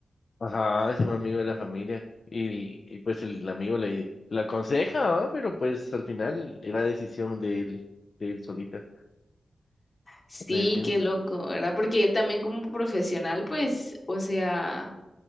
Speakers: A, on the left; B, on the left.
A: Ajá, es un amigo de la familia. Y, y pues el amigo le, le aconseja, ¿va? Pero pues al final era decisión de él, de él solita,
B: Sí,
A: de él mismo.
B: qué loco, ¿verdad? Porque él también como profesional, pues, o sea,